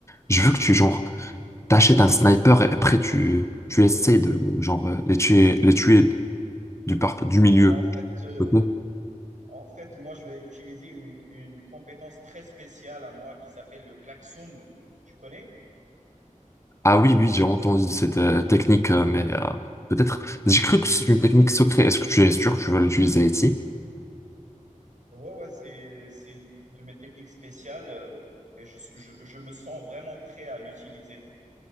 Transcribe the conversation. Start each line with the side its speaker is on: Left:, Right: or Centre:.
Left: je veux que tu, genre, t'achètes un sniper et après, tu, tu essaies de, genre, euh, les tuer, les tuer du, par... du milieu.
Right: Bah, en fait, euh,
Left: Ok
Right: en fait, moi, je vais utiliser une, une compétence très spéciale à moi qui s'appelle le klaxon. Tu connais?
Left: Ah oui, oui, j'ai entendu cette euh, technique, euh, mais euh, peut-être. J'ai cru que c'est une technique secrète. Est-ce que tu es sûr que tu veux l'utiliser ici?
Right: Ouais, ouais, c'est, c'est une de mes techniques spéciales euh, et je, je je me sens vraiment prêt à l'utiliser.